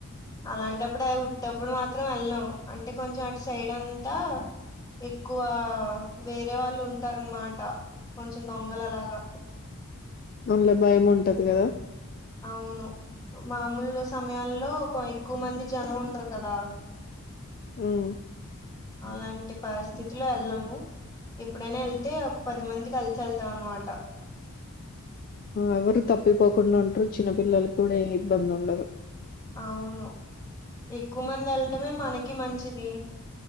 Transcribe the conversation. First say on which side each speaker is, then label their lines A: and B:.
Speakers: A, on the left; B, on the left.
A: అలాంటప్పుడు అది ఉట్టప్పుడు మాత్రం వెళ్ళం అంటే కొంచెం అటు సైడ్ అంతా ఎక్కువ వేరే వాళ్ళు ఉంటారనమాట కొంచెం దొంగలలాగా
B: అందులో భయం ఉంటది కదా
A: అవును మామూలు సమయాల్లో ఒక ఎక్కువ మంది జనం ఉంటారు. కదా
B: హ్మ్మ్
A: అలాంటి పరిస్థితులో వెళ్ళము ఎప్పుడైనా వెళ్తే ఒక పది మంది కలిసి వెళ్తాం. అనమాట
B: ఎవరు తప్పిపోకుండా ఉంటరు చిన్న పిల్లలకి కూడా ఏ ఇబ్బంది ఉండదు.
A: అవును ఎక్కువ మంది వెళటమే మనకి మంచిది.